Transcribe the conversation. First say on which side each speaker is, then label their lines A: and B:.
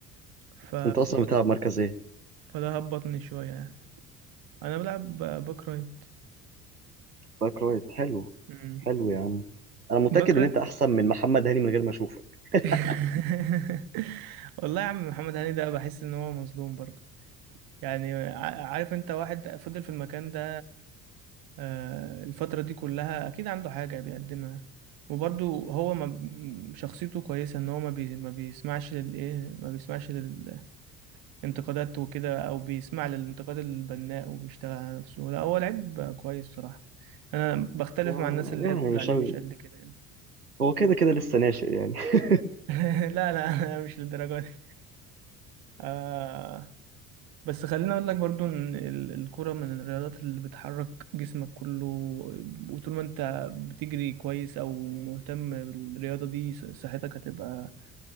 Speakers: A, on the right (about 50°); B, on the right (about 85°).
A: ف...
B: انت اصلا بتلعب مركز ايه
A: فده هبطني شوية يعني أنا بلعب باك رايت
B: باك رايت حلو
A: مم.
B: حلو يا عم انا متاكد
A: باك رايت
B: ان انت احسن من محمد هاني من غير ما اشوفك <laughs>
A: <laughs> والله يا عم محمد هاني ده بحس إن هو مظلوم برضه يعني ع- عارف أنت واحد فضل في المكان ده آه، الفترة دي كلها أكيد عنده حاجة بيقدمها وبرضه هو ما ب- شخصيته كويسة إن هو ما, بي ما بيسمعش للإيه ما بيسمعش لل انتقادات وكده او بيسمع للانتقاد البناء وبيشتغل على نفسه لا هو لعيب كويس صراحة انا بختلف
B: آه،
A: مع الناس اللي
B: يعني
A: هي بتقول
B: مش
A: عليه
B: قوي
A: مش قد كده يعني
B: هو كده كده لسه ناشئ يعني <laughs>
A: <laughs> لا لا <laughs> أنا مش للدرجة دي آه بس خليني اقول لك برضو ان ال- الكرة من الرياضات اللي بتحرك جسمك كله وطول ما انت بتجري كويس او مهتم بالرياضة دي ص- صحتك هتبقى